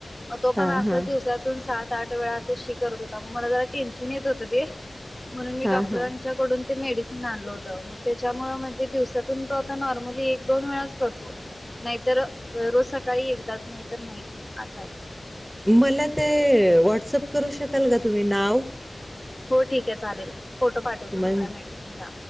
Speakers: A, on the left; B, on the right.
A: मग तो पण
B: हा
A: अस
B: हा
A: दिवसातून सात सात वेळा असं शी करत होता मग मला जरा टेन्शन येत होत ते. म्हणून मी
B: हा
A: डाक्टरांना
B: हा
A: मेडिसिन आणलं होत. मग त्याच्यामुळे म्हणजे दिवसातून तो आता नॉर्मली एक दोन वेळा करतो. नाहीतर रोज सकाळी एकदाच. नाही तर नाहीच असा आहे ते.
B: मला ते व्हॉट्सअप करू शकाल का तुम्ही नाव
A: हो ठीक आहे चालेल. फोटो पाठवते
B: मण
A: मी त्या मेडिसिनचा.